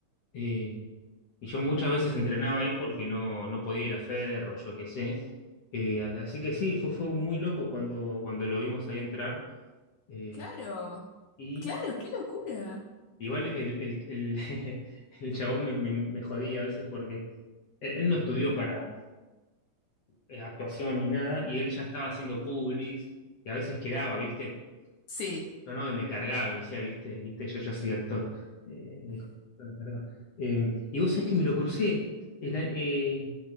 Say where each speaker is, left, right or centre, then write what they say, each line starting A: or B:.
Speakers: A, on the left; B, on the left.
A: eh, y yo muchas veces entrenaba ahí porque no, no podía ir a Ferro, yo qué sé. Eh, así que sí, fue, fue muy loco cuando, cuando lo vimos ahí entrar. eh,
B: Claro,
A: y
B: claro, qué locura.
A: igual el, el, el, <laughs> el chabón me, me- me jodía a veces porque él, él no estudió para eh, actuación ni nada, y él ya estaba haciendo publis, y a veces quedaba, ¿viste?
B: Sí,
A: yo no, y me cargaba, y me decía, viste, viste, yo ya soy actor. Eh, dijo, me cargaba. Eh, y vos sabés que me lo crucé el, a- eh,